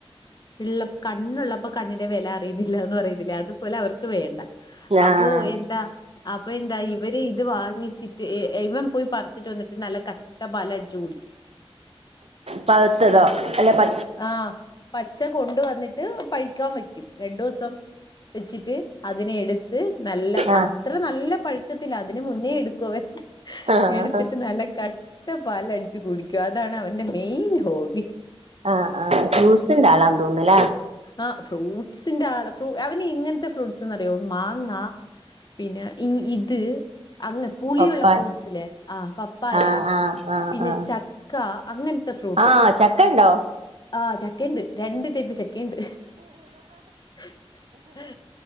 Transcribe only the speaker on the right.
ആഹ്
പയ്ത്തതോ അല്ല പ
ആഹ്
ആഹ്
ആഹ് ആഹ് ജ്യൂസിന്റാളാ തോന്നിന്നെല്ലെ
പപ്പായ
ആഹ് ആഹ് ആഹ്
ആഹ്
ആഹ് ചക്കണ്ടോ